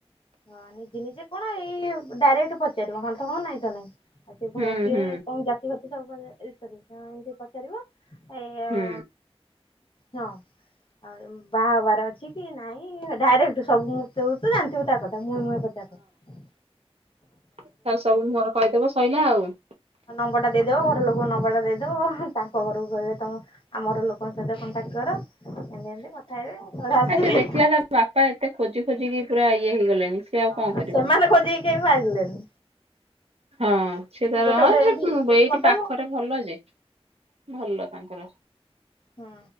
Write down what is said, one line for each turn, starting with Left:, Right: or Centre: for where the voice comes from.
Left: ହଁ ନିଜେ ନିଜେ କଣ ଏଇ ଡାଇରେକ୍ଟ ପଚାରିବ ହଁ ତ ହଁ, ନାଇଁ ତ ନାଇଁ। ଆଉ ସିଏ ପୁଣି
Right: ହୁଁ
Left: ଆସିବେ
Right: ହୁଁ
Left: କଣ ଜାତି ପାତି ସବୁ ପରେ ଏମିତି ପଚାରିବ। ଏ ଯଉ
Right: ହୁଁ
Left: ହଁ ଆଉ ବାହା ହେବାର ଅଛି କି ନାଇଁ ଡାଇରେକ୍ଟ ସବୁ ମୃତ୍ୟବୃତ ଜାଣିଥିବୁ ତା କଥା ମୁହେଁ ମୁହେଁ କଥା କହେ।
Right: ତାର ସବୁ ମୁହଁରେ କହିଦବ ଶଇଲା ଆଉ।
Left: ନମ୍ବର ଟା ଦେଇଦବ, ଘର ଲୋକଙ୍କୁ ନମ୍ବର ଟା ଦେଇଦବ, ତାଙ୍କ ଘରକୁ କହିବେ ତମ ଆମର ଲୋକଙ୍କ ସହିତ କଣ୍ଟାକ୍ଟ କର। ଏମିତି ଏମତି କଥା ହେବେ ଆସିବେ
Right: ଆ ସେ ଦେଖିଲା ତା ବାପା ଏତେ ଖୋଜି ଖୋଜିିକି ପୁରା ଇଏ ହେଇଗଲେଣି। ସିଏ ଆଉ କଣ
Left: ହଁ
Right: କରିବ।
Left: ସେମାନେ ଖୋଜିକି କେହି ପାରିଲେନି।
Right: ହଁ। ସେ ତାର
Left: ଗୋଟେ
Right: ହଁ
Left: ଗୋଟେ ଏମିତି
Right: ସେ
Left: ଏମିତି
Right: ଏଇଠି
Left: କରିଦବ
Right: ପାଖରେ
Left: ହଁ।
Right: ଭଲ ଯେ, ଭଲ ତାଙ୍କର।
Left: ହୁଁ।